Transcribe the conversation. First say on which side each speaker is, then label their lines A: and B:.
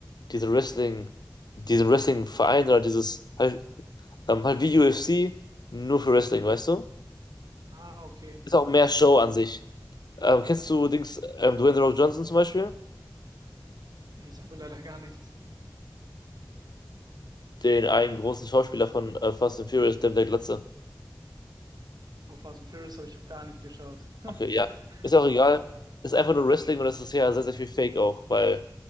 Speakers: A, on the left; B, on the right.
A: diese Wrestling, diese Wrestling-Verein oder dieses, halt, Ähm, halt wie UFC, nur für Wrestling, weißt du?
B: Ah, okay.
A: Ist auch mehr Show an sich. Ähm, kennst du Dings, ähm, Dwayne The Rock Johnson zum Beispiel?
B: Nee, ich habe leider gar nichts.
A: Den einen großen Schauspieler von äh, Fast and Furious, der mit der Glatze.
B: Oh, Fast and Furious habe ich auch gar nicht geschaut.
A: Okay, ja.
B: <laughs>
A: Ist ja auch egal. Ist einfach nur Wrestling und das ist ja sehr, sehr viel Fake auch, weil